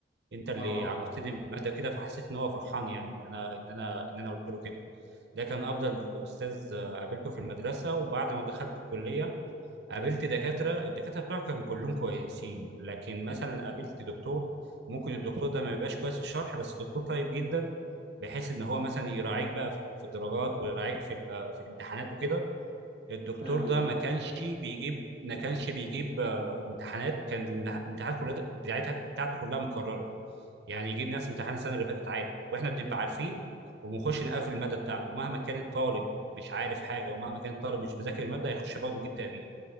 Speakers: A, on the right; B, on the left.
A: انت اللي
B: اه
A: عرفتني بالماده كده فحسيت ان هو فرحان يعني ان انا ان انا ان انا قلت له كده ده كان افضل استاذ آه، قابلته في المدرسه وبعد ما دخلت الكليه قابلت دكاتره الدكاتره بتوعي كانوا كلهم كويسين لكن مثلا قابلت دكتور ممكن الدكتور ده ما يبقاش كويس في الشرح بس دكتور طيب جدا بحيث ان هو مثلا يراعيك بقى في في الدرجات ويراعيك في ال- في الامتحانات وكده الدكتور
B: حلو
A: ده
B: ده
A: ما كانش بيجيب ما كانش بيجيب آه، امتحانات كان الامتح- الامتحانات كلها بتاعتها بتاعته كلها مكرره يعني يجيب نفس امتحان السنه اللي فاتت عادي واحنا بنبقى عارفين وبنخش نقفل الماده بتاعته مهما كان الطالب مش عارف حاجه ومهما كان الطالب مش مذاكر الماده هيخش برضه يجيب تقدير